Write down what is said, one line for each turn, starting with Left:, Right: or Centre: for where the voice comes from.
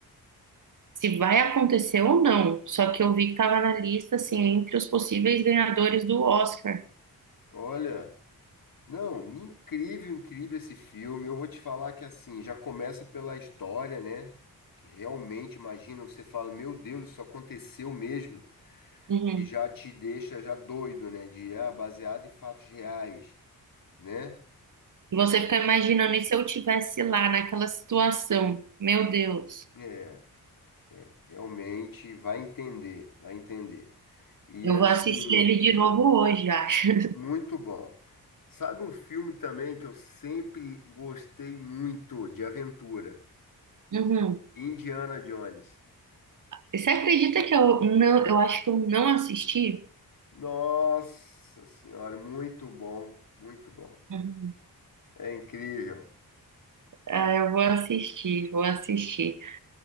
Right: se vai acontecer ou não, só que eu vi que tava na lista assim entre os possíveis ganhadores do Oscar.
Left: Olha. Não, incrível, incrível esse filme. Eu vou te falar que assim, já começa pela história, né? Que realmente, imagina, você fala, meu Deus, isso aconteceu mesmo,
Right: Uhum.
Left: que já te deixa já doido, né? De, ah, baseado em fatos reais, né?
Right: E você fica imaginando, e se eu tivesse lá naquela situação? Meu Deus,
Left: É, realmente vai entender, vai entender. E
Right: eu
Left: assim,
Right: vou assistir ele de novo hoje, acho.
Left: muito bom. Sabe um filme também que eu sempre gostei muito de aventura?
Right: Uhum.
Left: Indiana Jones.
Right: E Você acredita que eu não, eu acho que eu não assisti?
Left: Nossa Senhora, muito bom, muito bom.
Right: Uhum.
Left: É incrível.
Right: Ah, eu vou assistir, vou assistir.